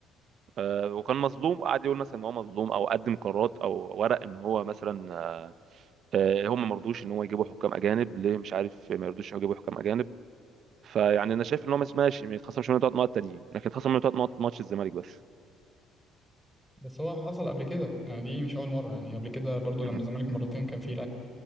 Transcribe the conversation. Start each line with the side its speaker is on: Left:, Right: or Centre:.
Right: آه، وكان مظلوم وقعد يقول مثلا ان هو مظلوم او قدم قرارات او ورق ان هو مثلا آه، آه، هم ما رضوش ان هو يجيبوا حكام اجانب ليه مش عارف ما يرضوش يجيبوا حكام اجانب فيعني انا شايف ان هو مش- ماشي ما يتخصمش منه ثلاث نقط تانيين لكن يتخصم منه ثلاث نقط ماتش الزمالك بس
Centre: بس هو حصل قبل كده يعني دي مش اول مره يعني قبل كده برضو لما
Right: <clears throat>
Centre: الزمالك مرتين كان فيه